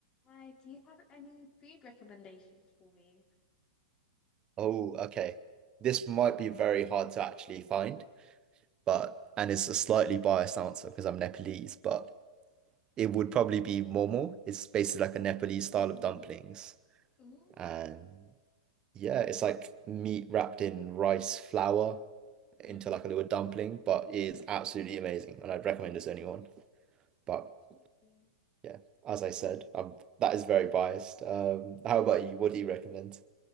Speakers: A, on the left (about 25°); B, on the right (about 25°).
A: Hi, do you have any food recommendations for me?
B: Oh, okay. This might be very hard to actually find, but and it's a slightly biased answer because I'm Nepalese, but it would probably be momo. It's basically like a Nepalese
A: Um,
B: style of dumplings.
A: Ooh,
B: And
A: okay.
B: yeah, it's like meat wrapped in rice flour into
A: Mm,
B: like a little dumpling, but it is absolutely amazing. And I'd recommend this to anyone. But
A: thank you.
B: yeah, as I said, um that is very biased. Um, how about you? What do you recommend?